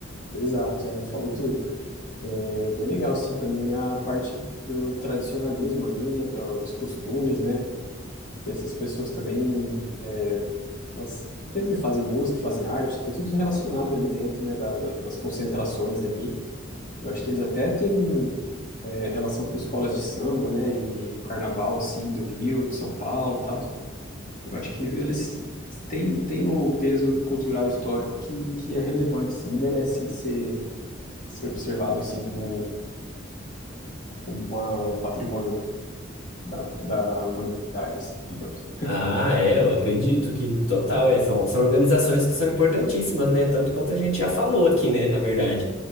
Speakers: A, on the left; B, on the left.
A: Exato, é, falou tudo. É bem legal, sim, também a parte do tradicionalismo ali, né, do- dos costumes, né, que essas pessoas também, é, elas sempre fazem música, fazem arte, tá tudo relacionado ali dentro, né, da, da- das concentrações ali, Eu acho que eles até têm é, relação com escolas de samba, né? E o carnaval, assim, do Rio, de São Paulo e tal. Eu acho que eles têm, têm o peso cultural histórico que, que é relevante, sim, e merece ser, ser observado, assim, com, como uma- um patrimônio da, da humanidade, assim, digamos.
B: Ah, é, eu acredito que total, é, são, são organizações que são importantíssimas, né? Tanto quanto a gente já falou aqui, né, na verdade.